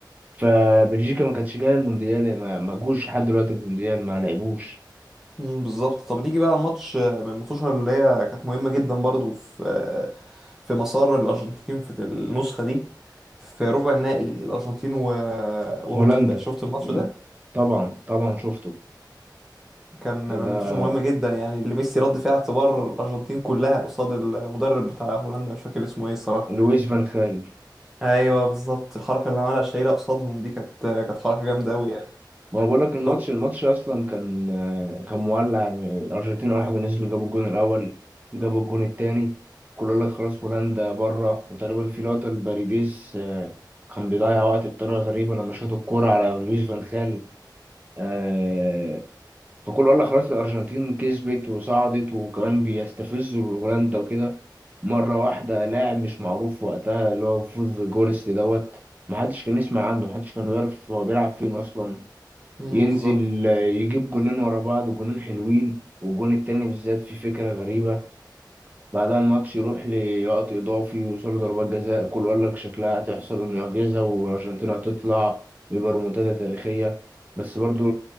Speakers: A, on the right; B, in the centre.
A: فبلجيكا ما كانتش جاية المونديال ما ما جوش لحد دلوقتي المونديال ما لعبوش
B: مم، بالظبط طب نيجي بقى الماتش من الماتشات اللي هي كانت مهمه جدا برضو في آه، في مسار الارجنتين في النسخه دي في ربع النهائي الارجنتين و- وهولندا
A: هولندا
B: شفت الماتش
A: مم.
B: ده؟
A: طبعا طبعا شفته
B: كان من
A: ده
B: الماتشات المهمة جدا يعني اللي ميسي رد فيها اعتبار الأرجنتين كلها قصاد المدرب بتاع هولندا مش فاكر اسمه ايه الصراحة
A: لويس فان خال
B: ايوه بالظبط الحركة اللي عملها شايلة قصادهم دي كانت كانت حركة جامدة قوي يعني
A: ما بقول لك الماتش
B: شوف
A: الماتش اصلا كان آه، كان مولع يعني الارجنتين اول حاجه نزلوا جابوا الجون الاول جابوا الجون التاني كله يقول لك خلاص هولندا بره وتقريبا في لقطه الباريديس آه، كان بيضيع وقت بطريقه غريبه لما شاط الكوره على لويس فان خال آه، فكله قال لك خلاص الارجنتين كسبت وصعدت وكمان بيستفزوا هولندا وكده مره واحده لاعب مش معروف وقتها اللي هو فوز فيجورست دوت محدش كان يسمع عنه محدش كان يعرف هو بيلعب فين اصلا
B: امم
A: ينزل
B: بالظبط
A: يجيب جونين ورا بعض وجونين حلوين والجون التاني بالذات فيه فكرة غريبة بعدها الماتش يروح لوقت إضافي ويوصلوا ضربات جزاء كل يقول لك شكلها هتحصل المعجزة والأرجنتين هتطلع ويبقى ريمونتادا تاريخية بس برضو